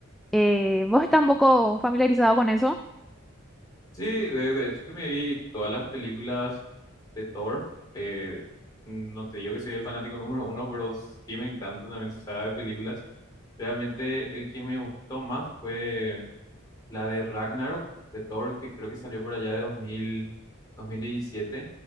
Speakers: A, in the centre; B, on the left (about 20°).
A: Eh, ¿vos estás un poco familiarizado con eso?
B: Sí, de, de hecho que me vi todas las películas de Thor. eh, no te digo que soy el fanático <laughs> número uno, pero sí me encanta también su saga de películas. Realmente el que me gustó más fue la de Ragnarok, de Thor, que creo que salió por allá de 2000, 2017.